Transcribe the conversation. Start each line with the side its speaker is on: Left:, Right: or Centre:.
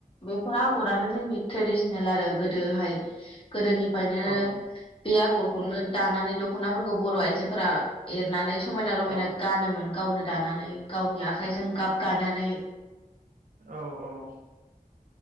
Left: बैफोर आगर आगरानो जोंनि ट्रेडिसनेल आरो गोदोहाय गोदोनिफ्रायनो
Right: औ
Left: बे आगर खौनो दानानै दख'नाफोरखौ बर' आइजोफोरा एरनानै समायना- रमायना
Right: औ
Left: गानोमोन गावनो दानानै गावनि आखाइजों गाब गानानै
Right: औ-औ